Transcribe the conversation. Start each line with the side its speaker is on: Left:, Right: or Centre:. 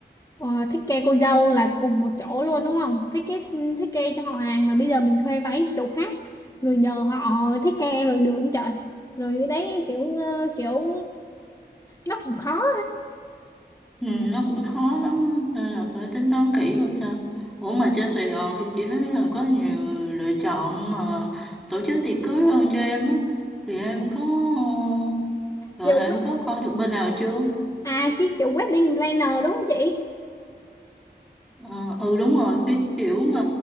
Left: ờ, thiết kế cô dâu là cùng một chỗ luôn đúng không thiết kế thiết kế cho họ hàng mà bây giờ mình thuê váy chỗ khác rồi nhờ họ thiết kế rồi được không trời rồi đấy kiểu ờ, kiểu nó cũng khó
Centre: Ừ, nó cũng khó lắm á, nên là phải tính toán kỹ coi sao. Ủa mà trên Sài Gòn thì chị thấy là có nhiều lựa chọn mà tổ chức tiệc cưới hơn cho em á. Thì em có ờ, gọi
Left: kiểu
Centre: là
Left: wed-
Centre: em có coi được bên nào chưa?
Left: à cái kiểu wedding planner đúng không chị
Centre: Ờ, ừ đúng rồi cái kiểu mà